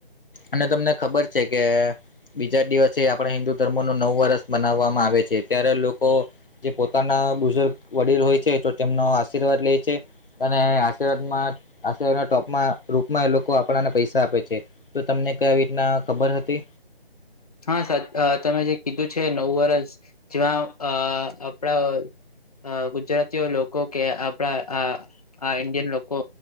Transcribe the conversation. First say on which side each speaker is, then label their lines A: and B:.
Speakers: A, on the left (about 60°); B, on the left (about 40°).
A: અને તમને ખબર છે કે બીજા દિવસે આપણે હિન્દુ ધર્મો નો નવુ વર્ષ બનાવવામાં આવે છે ત્યારે લોકો જે પોતાના બુઝુર્ગ વડીલ હોય છે તો તેમનો આશીર્વાદ લે છે. અને આશીર્વાદમાં આશીર્વાદના ટોપમાં રૂપમાં એ લોકો આપણાને પૈસા આપે છે. તો તમને <unintelligible> રીતના ખબર હતી.
B: હા સર તમે જે કીધું છે નવો વર્ષ જેમાં અ આપણા અ ગુજરાતીઓ લોકો કે આપણા આ આ ઇન્ડિયન લોકો